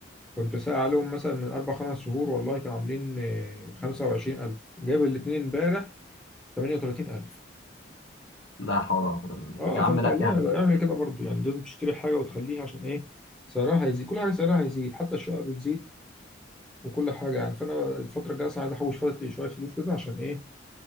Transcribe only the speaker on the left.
لا حول ولا قوه الا بالله
يا
عم لا
يعني